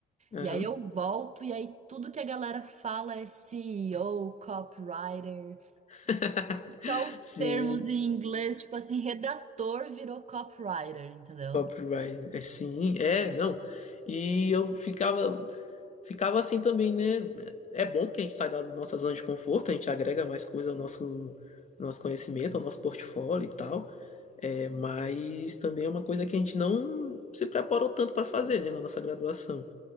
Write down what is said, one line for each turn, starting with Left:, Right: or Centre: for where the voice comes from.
Left: Aham.
Right: E aí eu volto, e aí tudo que a galera fala é CEO, copywriter,
Left: <laughs>
Right: só os
Left: Sim,
Right: termos em inglês, tipo assim, redator virou copywriter, entendeu?
Left: copyright, é sim, é, não. E eu ficava, ficava assim também, né? É bom que a gente sai da nossa zona de conforto, a gente agrega mais coisa ao nosso, nosso conhecimento, ao nosso portfólio e tal. É, mas também é uma coisa que a gente não se preparou tanto para fazer, né, na nossa graduação.